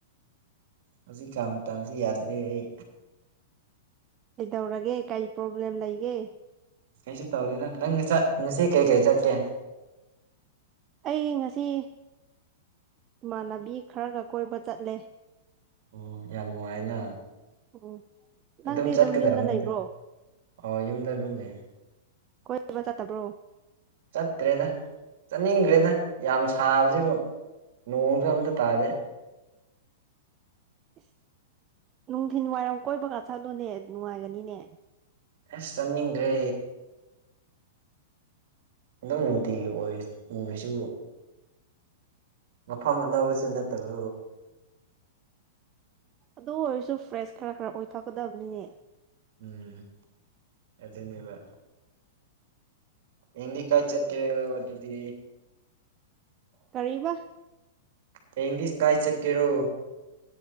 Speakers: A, on the right; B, on the right.
A: ꯍꯧꯖꯤꯛ ꯀꯥꯟ ꯇꯝꯁꯤ ꯌꯥꯗꯔ꯭ꯦ ꯑꯩ꯫
B: ꯀꯩꯗꯧꯔꯒꯦ ꯀꯩ ꯄ꯭ꯔꯣꯕ꯭ꯂꯦꯝ ꯂꯩꯒꯦ꯫
A: ꯀꯩꯁꯨ ꯇꯧꯗꯦꯗ ꯅꯪꯅ ꯆꯠ ꯉꯁꯤ ꯀꯩꯀꯩ ꯆꯠꯀꯦ
B: ꯑꯩ ꯉꯁꯤ ꯏꯃꯥꯟꯅꯕꯤ ꯈꯔꯒ ꯀꯣꯏꯕ ꯆꯠꯂꯦ
A: ꯑꯣ ꯌꯥꯝ ꯅꯨꯡꯉꯥꯏꯅ
B: ꯎꯝ ꯅꯪꯗꯤ
A: ꯑꯗꯨꯝ ꯆꯠꯀꯗꯕꯅꯤꯅ
B: ꯌꯨꯝꯗ ꯂꯩꯕ꯭ꯔꯣ
A: ꯑꯣ ꯌꯨꯝꯗ ꯑꯗꯨꯝ ꯂꯩ
B: ꯀꯣꯏꯕ ꯆꯠꯇꯕ꯭ꯔꯣ
A: ꯆꯠꯇ꯭ꯔꯦꯗ ꯆꯠꯅꯤꯡꯗ꯭ꯔꯦꯗ ꯌꯥꯝ ꯁꯥꯕꯁꯤꯕꯨ ꯅꯣꯡꯁꯨ ꯑꯝꯇ ꯇꯥꯗꯦ
B: ꯏꯁꯁ ꯅꯨꯡꯊꯤꯤꯟ ꯋꯥꯏꯔꯝ ꯀꯣꯏꯕꯒ ꯆꯠꯂꯣꯅꯦ ꯅꯨꯡꯉꯥꯏꯒꯅꯤꯅꯦ
A: ꯑꯁ ꯆꯥꯅꯤꯡꯗ꯭ꯔꯦ ꯝ ꯅꯨꯡꯇꯤꯒꯤ ꯑꯣꯏ ꯎꯔꯤꯁꯤ ꯃꯐꯝ ꯑꯅꯧꯕꯁꯨ ꯅꯠꯇꯕ
B: ꯑꯗꯨ ꯑꯣꯏꯔꯁꯨ ꯐ꯭ꯔꯦꯁ ꯈꯔ ꯈꯔ ꯑꯣꯏꯊꯣꯛꯀꯗꯕꯅꯤꯅꯦ꯫
A: ꯎꯝ ꯑꯗꯨꯅꯦꯕ ꯍꯌꯦꯡꯗꯤ ꯀꯥꯏ ꯆꯠꯀꯦꯔ ꯑꯗꯨꯗꯤ
B: ꯀꯔꯤꯕ
A: ꯍꯌꯦꯡꯗꯤ ꯁꯀꯥꯏ ꯆꯠꯀꯦꯔꯣ